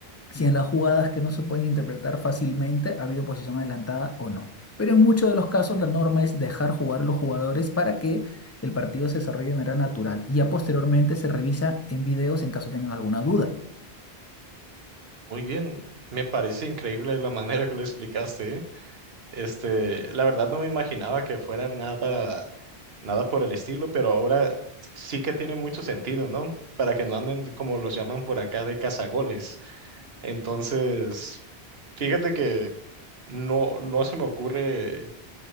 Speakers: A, on the left (about 20°); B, on the right (about 70°).
A: si en las jugadas que no se pueden interpretar fácilmente ha habido posición adelantada o no. Pero en muchos de los casos la norma es dejar jugar a los jugadores para que el partido se desarrolle de manera natural y ya posteriormente se revisa en videos en caso tengan alguna duda.
B: Muy bien, me parece increíble la manera que lo explicaste, ¿eh? Este, la verdad no me imaginaba que fuera nada, nada por el estilo, pero ahora sí que tiene mucho sentido, ¿no? Para que no anden como los llaman por acá de cazagoles. Entonces, fíjate que no, no se me ocurre